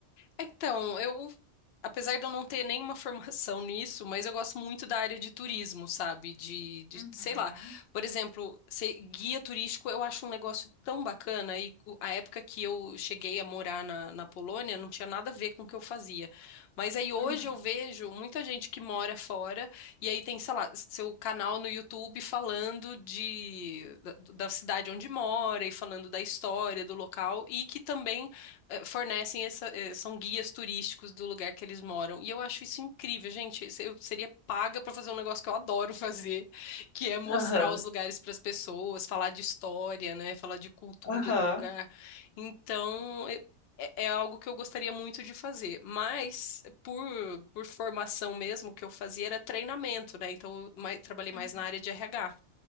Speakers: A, on the left; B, on the left.
A: Então, eu, apesar de eu não ter nenhuma formação <laughs> nisso, mas eu gosto muito da área de turismo, sabe? De, de-
B: Uhum.
A: de- sei lá. Por exemplo, ser guia turístico eu acho um negócio tão bacana. E o- a época que eu cheguei a morar na, na Polônia não tinha nada a ver com o que eu fazia. Mas aí hoje
B: Uhum.
A: eu vejo muita gente que mora fora e aí tem, sei lá, seu canal no YouTube falando de, da, da cidade onde mora e falando da história do local e que também eh, fornecem essa, eh, são guias turísticos do lugar que eles moram. E eu acho isso incrível, gente. Se- Eu seria paga para fazer um negócio que eu adoro <laughs> fazer, que é mostrar
B: Aham.
A: os lugares para as pessoas, falar de história, né? Falar de cultura
B: Aham.
A: do lugar. Então, eu- é, é algo que eu gostaria muito de fazer. Mas, por, por formação mesmo, o que eu fazia era treinamento, né? Então, eu mai- trabalhei mais
B: Uhum.
A: na área de RH.